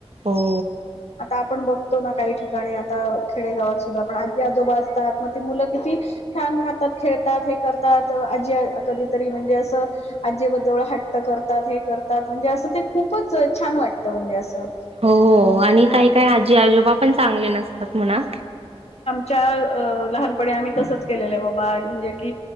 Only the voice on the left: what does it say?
आता आपण बघतो ना, काही ठिकाणी, आता खेडेगावात सुद्धा पण, आजी-आजोबा असतात म ते मुलं किती छान राहतात, खेळतात, हे करतात, आजी कधीतरी म्हणजे, असं आजी- आजोबां जवळ हट्ट करतात, हे करतात, म्हणजे असं, ते खूपच छान वाटतं म्हणजे असं
च्या लहानपणी आम्ही तसच केलेल बाबा दे कि